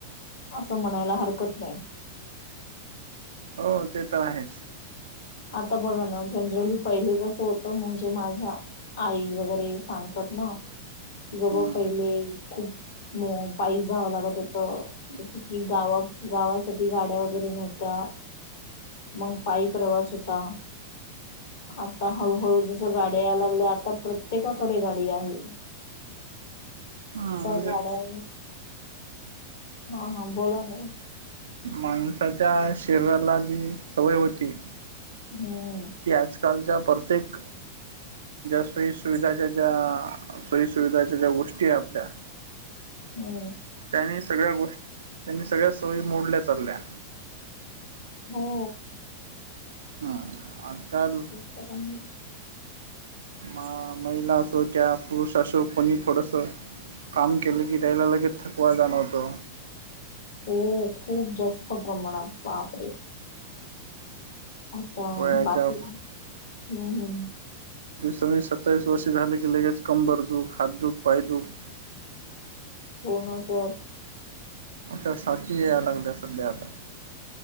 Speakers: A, on the left; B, on the right.
A: असं म्हणायला हरकत नाही.
B: हो ते तर आहेच.
A: आता बघा ना जनरली पहिले कसं होतं म्हणजे माझा आई वगैरे सांगतात ना की बाबा
B: हम्म
A: पहिले खूप मो, पाई जावं लागत होत. जस की गावा गावासाठी गाड्या वगैरे नव्हत्या. मग पायी प्रवास होता. आता हळूहळू जस गाड्या यायला लागल्या आता प्रत्येकाकडे गाडी आहे.
B: हम्म
A: त
B: म्हणजे
A: गड्या. हा हा बोला म.
B: माणसाच्या शरीराला जी सवय होती.
A: होम्म.
B: ती आजकालच्या प्रत्येक ज्या सोयी सुविधाच्या ज्या सोयी सुविधाच्या ज्या गोष्टी आहे आपल्या
A: हो.
B: त्यांनी सगळ्या गोष्टी त्यांनी सगळ्या सोयी मोडल्या चालल्या.
A: हो.
B: ह अजकाल.
A: <inaudible>
B: म महिला असो क पुरुष असो कोणी थोडस. काम केले की त्यालागेतथकवा जाणतो.
A: हो खूप जास्त प्रमाणात वापरे. अता
B: वयाच्या
A: बाकी हम् हम्.
B: सवी सत्तावीस वर्षे झाले की लगेच कंबर दुख हात दुख पाय दुख.
A: हो ना सर.
B: े सच आहे अलग द सध्या आता.